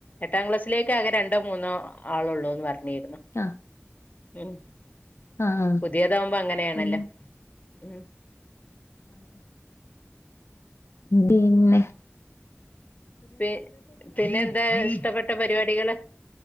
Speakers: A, on the left; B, on the left.
A: എട്ടാക്ലാസ്സിലേക്ക് ആകെ രണ്ടോ മൂന്നോ ആളോള്ളൂ എന്ന് പറഞ്ഞിരുന്നു
B: ആഹ്
A: ഉം
B: ആഹ് ആഹ്
A: പുതിയതാകുമ്പോ അങ്ങനെയാണല്ലോ
B: ഉം
A: ഉം
B: ബിന്നെ
A: പി പിന്നെന്താ ഇഷ്ടപെട്ട ട്ട പരിപാടികള്